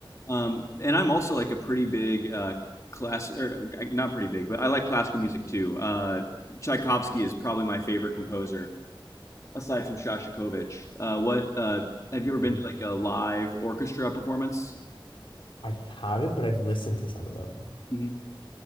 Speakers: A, on the left (about 35°); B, on the left (about 75°).
A: Um, and I'm also like a pretty big uh, class, or uh, not pretty big, but I like classical music too. Uh, Tchaikovsky is probably my favorite composer, aside from Shostakovich. Uh, what uh, have you ever been
B: Mm.
A: to like a live orchestra performance?
B: I haven't, but I've listened to some of them.
A: hmm